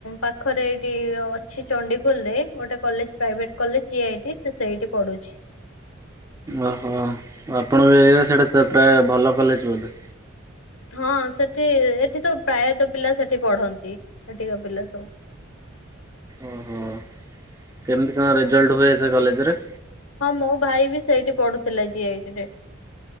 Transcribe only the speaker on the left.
ପାଖରେ ଏଇଠି ଅଛି ଚଣ୍ଡିଖୋଲ ରେ ଗୋଟେ କଲେଜ ପ୍ରାଇଭେଟ। କଲେ ଯି ଆଇ ଟି ସେ ସେଇଠି ପଢୁଛି।
ହଁ ସେଠି ଏଠି ତ ପ୍ରାୟତଃ ପିଲା ସେଠି ପଢନ୍ତି ସେଠିକା ପିଲା ସବୁ।
ହଁ ମୋ ଭାଇ ବି ସେଇଠି ପଢୁଥିଲା ଜି ଆଇ ଇ ଟି ରେ।